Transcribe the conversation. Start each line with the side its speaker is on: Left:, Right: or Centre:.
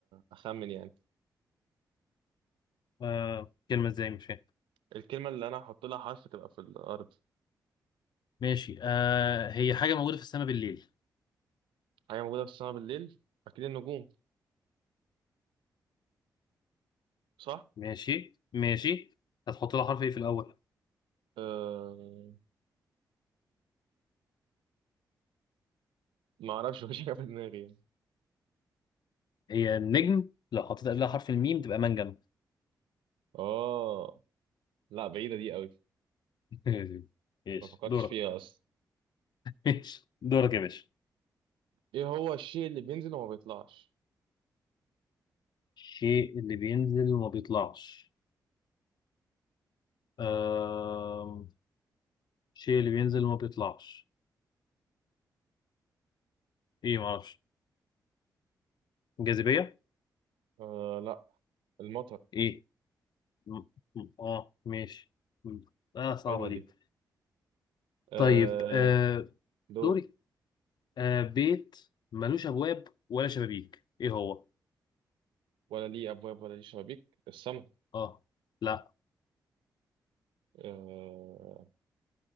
Right: أخمن يعني
Left: آه. كلمة ازاي مش فاهم
Right: الكلمة اللي أنا هحط لها حرف تبقى في الأرض
Left: ماشي آه. هي حاجة موجودة في السماء بالليل
Right: حاجة موجودة في السماء بالليل أكيد النجوم صح؟
Left: ماشي ماشي هتحط لها حرف ايه في الأول
Right: أه ما أعرفش <laughs> مفيش حاجة في دماغي يعني
Left: هي النجم لو حطيت قبلها حرف الميم تبقى منجم
Right: آه لا بعيدة دي قوي
Left: ماشي ماشي.
Right: ما فكرتش
Left: دورك
Right: فيها أصلا
Left: ماشي دورك يا باشا
Right: إيه هو الشيء اللي بينزل وما بيطلعش
Left: الشيء اللي بينزل وما بيطلعش أم... الشيء اللي بينزل وما بيطلعش ايه معرفش جاذبية
Right: آه لا المطر
Left: ايه م- م- اه ماشي م- اه صعبة
Right: حلوة دي
Left: دي
Right: آه
Left: طيب آه
Right: دور
Left: دوري آه بيت ملوش ابواب ولا شبابيك ايه هو
Right: ولا ليه أبواب ولا ليه شبابيك السما
Left: اه لا
Right: آه